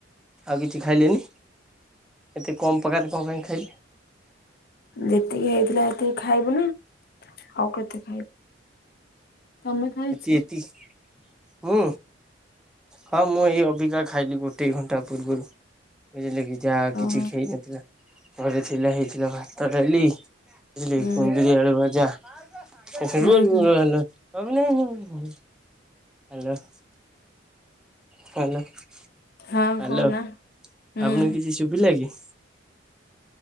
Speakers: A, in the centre; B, on the left (about 55°).
A: ଆଉ କିଛି ଖାଇଲେନି ଏତେ କମ୍ ପ୍ରକାରେ କଣ ପାଇଁ ଖାଇଲେ?
B: ଯେତିକି ହେଇଥିଲା ସେତିକି ଖାଇବୁ ନା ଆଉ କେତେ ଖାଇବୁ। ତମେ ଖାଇଛ
A: ଏ-ଏତି ମୁଁ? ହଁ, ମୁଁ ଏଇ ଅବିକା ଖାଇଲି ଗୋଟେ ଦି ଘଣ୍ଟା ପୂର୍ବରୁ। ବୁଝିଲେ କି ଯାହା
B: ଓହୋ
A: କିଛି ହେଇନଥିଲା ଘରେ ଥିଲା ହେଇଥିଲା ଭାତ, ଡାଲି ବୁଝିଲେ
B: ହୁଁ
A: କି କୁନ୍ଦୁରି ଆଳୁ ଭଜା। <unintelligible>
B: ହୁଁ ହୁଁ
A: ହ୍ୟାଲୋ-ହ୍ୟାଲୋ
B: ହଁ କହୁନା ହୁଁ
A: ଆପଣ କିଛି ଶୁଭୁ ଭିଲା କିି?